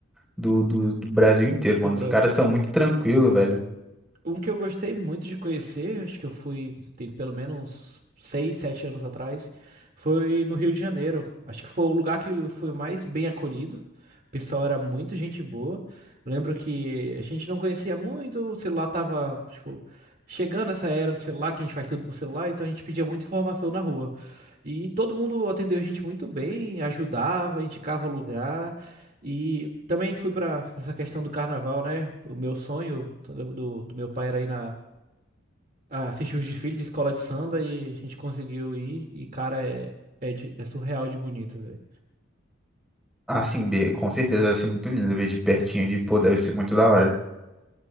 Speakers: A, in the centre; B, on the right.
A: do, do, do Brasil inteiro,
B: Do
A: mano.
B: Brasil.
A: Os caras são muito tranquilos, velho.
B: Um que eu gostei muito de conhecer, acho que eu fui, tem pelo menos seis, sete anos atrás, foi no Rio de Janeiro. Acho que foi o lugar que eu fui mais bem acolhido. O pessoal era muito gente boa. Eu lembro que a gente não conhecia muito, o celular tava, tipo, chegando essa era do celular, que a gente faz tudo por celular, então a gente pedia muita informação na rua. E todo mundo atendeu a gente muito bem, ajudava, indicava lugar. E também fui pra essa questão do carnaval, né? O meu sonho do, do do meu pai era ir na, a assistir os desfiles de escola de samba e a gente conseguiu ir. E, cara, é, é, de- é surreal de bonito, velho.
A: Ah, sim, be- com certeza deve ser muito lindo ver de pertinho ali, pô, deve ser muito da hora.